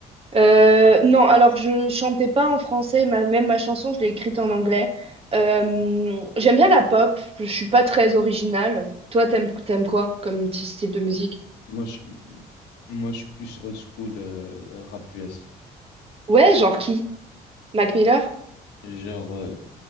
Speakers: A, on the right; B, on the left.
A: euh, non, alors je chantais pas en français, ma- même ma chanson, je l'ai écrite en anglais. Euh, j'aime bien la pop, je suis pas très originale. Toi, t'aimes, t'aimes quoi comme petit style de musique?
B: Moi, je, moi, je suis plus old school, euh, rap US.
A: Ouais, genre qui? Mac Miller?
B: Genre, euh,